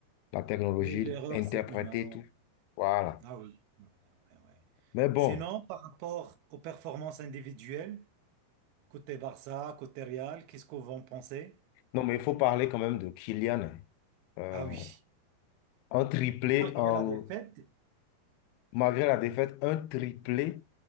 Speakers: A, on the left; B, on the right.
A: la technologie,
B: Mais l'erreur,
A: interpréter
B: c'est humain.
A: tout. Voilà.
B: Ah oui. Ouais, ouais, ouais.
A: Mais bon.
B: Sinon, par rapport aux performances individuelles, côté Barça, côté Real, qu'est-ce qu'on va en penser?
A: Non, mais il faut parler quand même de Kylian. hein. Euh,
B: Ah oui,
A: un triplé,
B: malgré
A: en,
B: la défaite.
A: malgré la défaite, un triplé